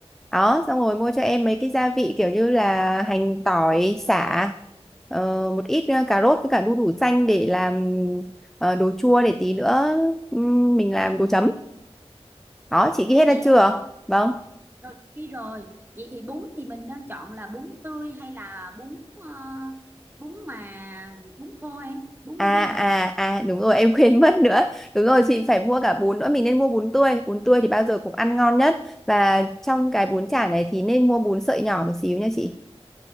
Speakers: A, in the centre; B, on the right.
A: đó xong rồi mua cho em mấy cái gia vị kiểu như là hành tỏi sả ờ, một ít ờ, cà rốt với cả đu đủ xanh để làm ờ, đồ chua để tí nữa ừm, mình làm đồ chấm đó chị ghi
B: Ủa
A: hết ra
B: vậy em
A: chưa
B: ơi,
A: vâng
B: rồi đi rồi. Vậy thì bún thì mình nên chọn là bún tươi hay là bún ờ, bún mà bún khô em? Bún
A: à
B: như thế nào?
A: à à đúng rồi em <laughs> quên mất nữa đúng rồi chị phải mua cả bún nữa mình nên mua bún tươi bún tươi thì bao giờ cũng ăn ngon nhất và trong cái bún chả này thì nên mua bún sợi nhỏ một xíu nha chị